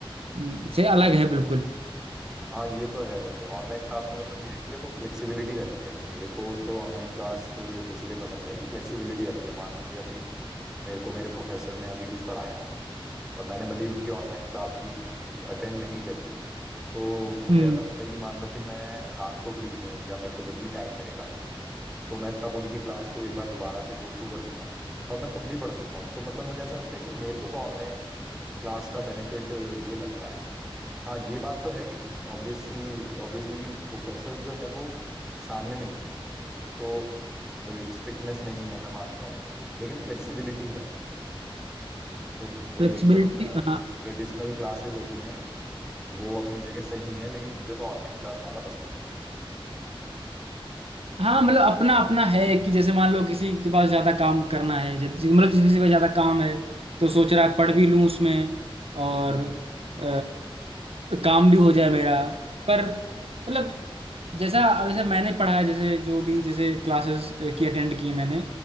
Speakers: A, on the right; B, in the centre.
A: हम्म, से अलग है बिल्कुल
B: हाँ ये तो है वैसे ऑनलाइन क्लास में मतलब ये है कि देखो फ्लेक्सिबिलिटी रहती है मेरे को तो ऑनलाइन क्लास इसलिए पसंद है कि फ्लेक्सिबिलिटी रहती है मान लो कि अभी मेरे को मेरे प्रोफेसर ने अभी कुछ पढ़ाया और मैंने भले ही उनकी ऑनलाइन क्लास अभी अटेंड नहीं करी तो मुझे
A: हम्म
B: ऐसा लगता है कि मान लो कि मैं रात को फ्री हूँ या मेरे को जब भी टाइम मिलेगा तो मैं तब उनकी क्लास को एक बार दोबारा से गो थ्रू कर लूंगा और मैं तब भी पढ़ सकता हूँ तो मतलब मुझे ऐसा लगता है कि मेरे को तो ऑनलाइन क्लास का बेनिफिट ये लगता है हाँ ये बात तो है कि ऑब्वियसली ऑब्वियसली प्रोफेसर जो है वो सामने नहीं है तो वही है कि स्ट्रिक्टनेस नहीं है मैं मानता हूँ लेकिन फ्लेक्सिबिलिटी है तो वही
A: फ्लेक्सिबिलिटी
B: है कि जो
A: हाँ
B: ट्रेडिशनल क्लासेस होती हैं वो अपनी जगह सही है लेकिन मुझे तो ऑनलाइन क्लास ज्यादा पसंद है
A: हाँ मतलब अपना अपना है कि जैसे मान लो किसी के पास ज्यादा काम करना है जैसे मतलब जैसे किसी के पास ज्यादा काम है तो सोच रहा है पढ़ भी लूँ उसमें और
B: हम्म
A: अ, काम भी हो जाए मेरा पर
B: हम्म
A: मतलब जैसा वैसे मैंने पढ़ा है जैसे जो भी जैसे क्लासेस की अटेंड की मैंने